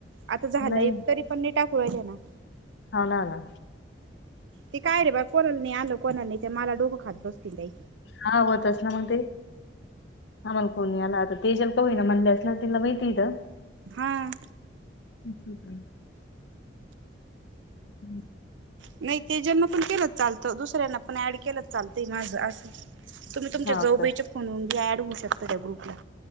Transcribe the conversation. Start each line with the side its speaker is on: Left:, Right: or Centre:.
Right: आता झालंय
Left: नाही
Right: तरी पण मी टाकू राहीलं ना.
Left: हाव ना ना.
Right: ते काय रे बा कोणाल आलं कोणालने ते मला डोकं खात बसतील ते.
Left: हा होत अस ना मग ते. अमल कोण नेणार. ते जल प होई ना म्हण असल्या तला माहिती इथं.
Right: हां.
Left: <inaudible> हम्म.
Right: नाही ते ज्यांना पण केलं चालतं दुसऱ्यांना पण ऍड केलं चालतंय. ना आशी. तुम्ही तुमच्या
Left: हा
Right: जऊबाईच्या
Left: का
Right: फोन हुन बी ऍड होऊ शकता त्या ग्रुपला.